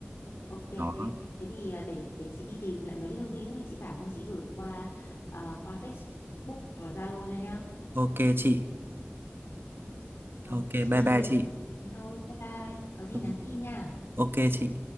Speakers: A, on the left; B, on the right.
A: ok
B: Đó.
A: thế thì ờ, để để chị đi tìm lại mấy cái thông tin lúc nãy chị bảo xong chị gửi qua ờ, qua Facebook hoặc là Zalo cho nhá
B: Ok chị.
A: ok
B: Ok, bye bye chị.
A: thế thôi bye bye có gì
B: Ừ,
A: nhắn tin nha
B: Ok chị.